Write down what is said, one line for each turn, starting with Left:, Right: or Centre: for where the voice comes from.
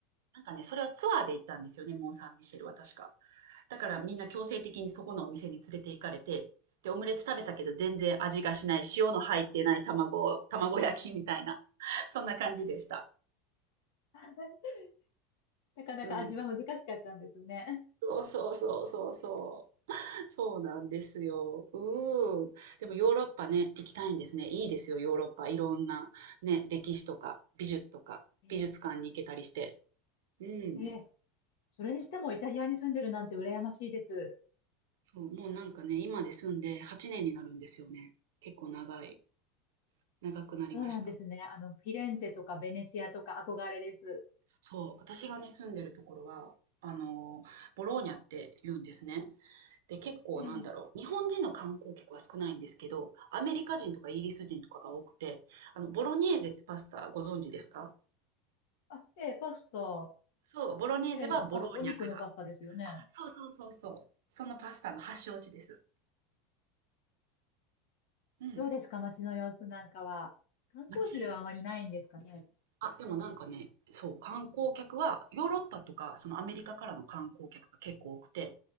Right: なんかね、それはツアーで行ったんですよね、モン・サン・ミシェルは確か。だからみんな強制的にそこのお店に連れて行かれて、で、オムレツ食べたけど全然味がしない、塩の入ってない卵、卵焼きみたいな、<laughs> そんな感じでした。
Left: <laughs> なかなか味は難しかったんですね。
Right: うん。そうそうそうそうそう。そうなんですよ。うん。でもヨーロッパね、行きたいんですね。いいですよ、ヨーロッパ。いろんなね、歴史とか美術とか美術館に行けたりして。
Left: ええ
Right: うん。
Left: ええそれにしてもイタリアに住んでるなんて羨ましいです。
Right: そう、もうなんかね、今で住んで8年になるんですよね。結構長い、長くなりました。
Left: そうなんですね。あの、フィレンツェとかベネチアとか憧れです。
Right: そう、私がね、住んでるところは、あのボローニャって言うんですね。で、結構なんだろう、
Left: ええ
Right: 日本人の観光客は少ないんですけど、アメリカ人とかイギリス人とかが多くて、あの、ボロネーゼってパスタご存知ですか
Left: あ、ええパスタ。
Right: そう、ボロネーゼはボローニャから。
Left: ええあの、お肉のパスタですよね。
Right: そうそうそうそう。そのパスタの発祥地です。うん。
Left: どうですか街の様子なんかは。観光地ではあまりないんですかね。
Right: 町、あ、でもなんかね、そう、観光客は、ヨーロッパとか、そのアメリカからの観光客が結構多くて、